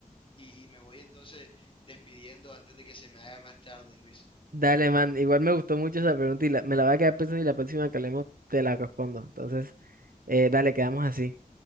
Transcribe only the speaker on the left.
y, y me voy entonces despidiendo antes de que se me haga más tarde, Luis.